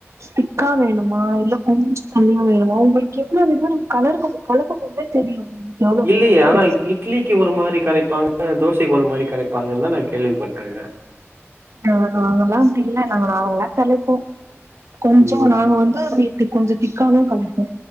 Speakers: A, on the right (about 85°); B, on the right (about 55°).
A: திக்கா வேணு மா இல்ல கொஞ்சொ தண்ணியா வேணுமா உங்குளுக்கு எவ்ளோ வேணுமோ நம் கலறுக்கும் கலக்கும்போதே தெரியு உங்களுக்கு எவ்ளோ
B: இல்லியே
A: வேணும்ட்டு
B: ஆனா இ இட்லிக்கு ஒரு மாரி கரைப்பாங் க தோசைக்கு ஒரு மாரி கரைப்பாங்கன்தா நா கேள்விப்பட்டுருகுறே
A: ஆ நாங்கல்லா அப்டி இல்ல நாங்க நல்லா கரிப்போ கொஞ்சொ
B: ம்
A: நாங்க வந்து வீ கொஞ்சொ திக்காவு கரிப்போ